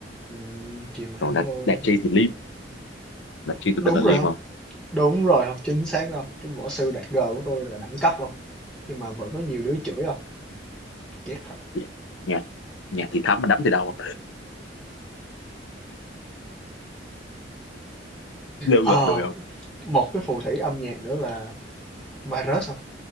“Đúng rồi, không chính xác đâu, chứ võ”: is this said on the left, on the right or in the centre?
Centre